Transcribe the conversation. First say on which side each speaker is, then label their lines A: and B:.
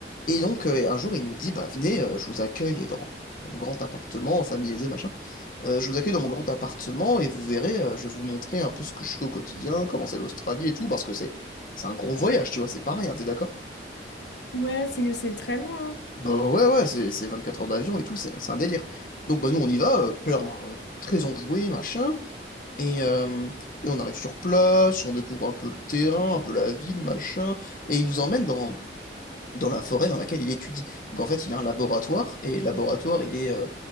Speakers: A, on the left; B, on the left.
A: Et donc, euh, un jour, il nous dit, bah, venez, euh, je vous accueille dans mon grand appartement, en famille aisée, machin. Euh, je vous accueille dans mon grand appartement et vous verrez, euh, je vais vous montrer un peu ce que je fais au quotidien, comment c'est l'Australie et tout, parce que c'est c'est un gros voyage, tu vois, c'est pas rien, t'es d'accord?
B: Ouais, c'est que c'est très loin. hein.
A: Bah ouais, ouais, c'est c'est 24 heures d'avion et tout, c'est c'est un délire. Donc bah nous on y va, euh, plein, euh, très enjoué, machin, et, euh, et on arrive sur place, on découvre un peu le terrain, un peu la ville, machin, et il nous emmène dans, dans la forêt dans laquelle il étudie. Donc en fait il a un laboratoire, et laboratoire il est, euh,